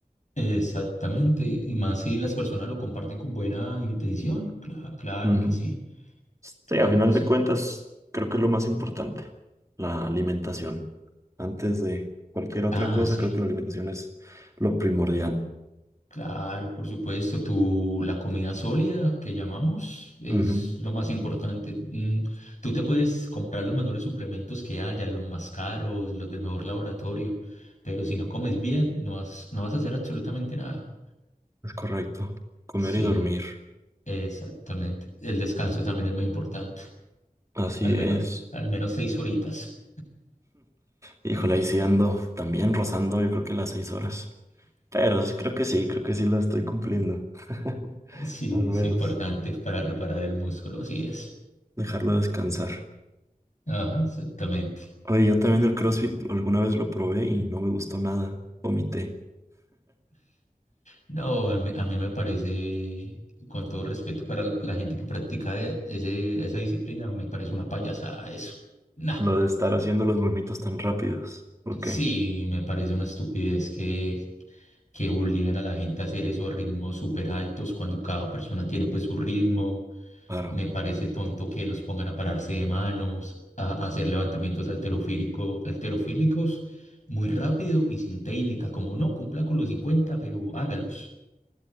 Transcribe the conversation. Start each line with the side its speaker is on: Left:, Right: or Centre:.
Left: Exactamente. Y y más si las personas lo comparten con buena intención. Cla- claro
Right: Ujú.
Left: que sí.
Right: Sí,
Left: Claro
Right: a final
Left: que sí.
Right: de cuentas, creo que es lo más importante, la alimentación. Antes de cualquier otra
Left: Ah,
Right: cosa,
Left: sí,
Right: creo que la alimentación es lo primordial.
Left: claro, por supuesto. Tu, la comida sólida que llamamos es
Right: Ujú,
Left: lo más importante. Mm, Tú te puedes comprar los mejores suplementos que haya, los más caros, los del mejor laboratorio, pero si no comes bien, no vas, no vas a hacer absolutamente nada.
Right: Es correcto. Comer
Left: Sí,
Right: y dormir.
Left: exactamente. El descanso también es muy importante.
Right: Así
Left: Al menos,
Right: es.
Left: al menos seis horitas.
Right: Híjole, ahí sí ando también rozando, yo creo que las seis horas. Pero s- creo que sí, creo que sí la estoy cumpliendo. <laughs>
Left: Sí,
Right: Al menos
Left: es importante para reparar el músculo, así es.
Right: dejarlo descansar.
Left: Ajá, exactamente.
Right: Oye, yo también el CrossFit alguna vez lo probé y no me gustó nada. omité.
Left: No, a mí, a mí me parece, con todo respeto para la gente que practica e- ese, esa disciplina, me parece una payasada eso. Nah,
Right: Lo de estar haciendo los movimientos tan rápidos. Ok.
Left: sí, me parece una estupidez que, que obligan a la gente a hacer eso a ritmos súper altos cuando cada persona tiene pues su ritmo.
Right: Claro.
Left: Me parece tonto que los pongan a pararse de manos, a, a hacer levantamientos alterofílico- alterofílicos muy rápido y sin técnica, como no, cumpla con los 50 pero hágalos.